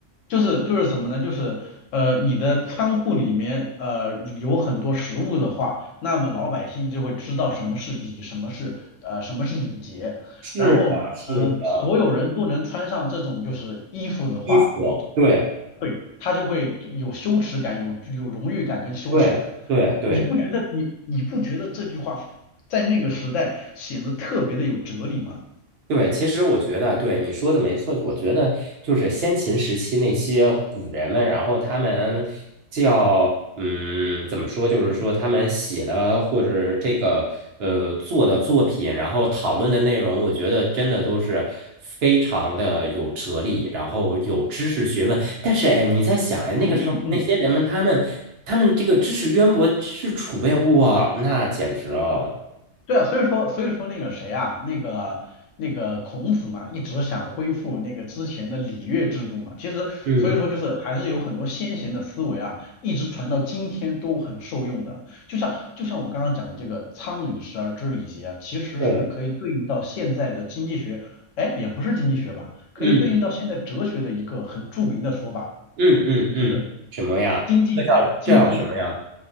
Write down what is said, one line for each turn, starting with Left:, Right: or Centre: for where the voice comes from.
Left: 就是就是什么呢？就是呃，你的仓库里面呃有很多食物的话，那么老百姓就会知道什么是礼，什么是呃什么是礼节，
Right: 是的，
Left: 然后呃所有人都能穿上这种就是衣服的话，
Right: 是的，衣服，对
Left: 就对他就会有羞耻感，有有荣誉感跟羞耻感。
Right: 对对对
Left: 你不觉得你你不觉得这句话在那个时代显得特别的有哲理吗？
Right: 对，其实我觉得对你说的没错，我觉得就是先秦时期那些古人们，然后他们叫嗯，怎么说，就是说他们写的或者这个呃做的作品，然后讨论的内容，我觉得真的都是非常的有哲理，然后有知识学问。但是哎，你在想哎，那个时候那些人们，
Left: 嗯嗯嗯。
Right: 他们他们这个知识渊博、知识储备，哇，那简直了。
Left: 对啊，所以说所以说那个谁啊，那个那个孔子嘛，一直想恢复那个之前的礼乐制度嘛。其实所以说就是还是有很多先贤的思维啊，
Right: 嗯，
Left: 一直传到今天都很受用的。就像就像我刚刚讲的这个“仓廪实而知礼节”啊，其实是可以对应到现在的经济学，
Right: 对，
Left: 哎，也不是经济学吧，可以对应到现在哲学的一个很著名的说法，
Right: 嗯。嗯嗯嗯，
Left: 就是
Right: 什么呀？
Left: 经济基经济
Right: 这叫这叫什么呀？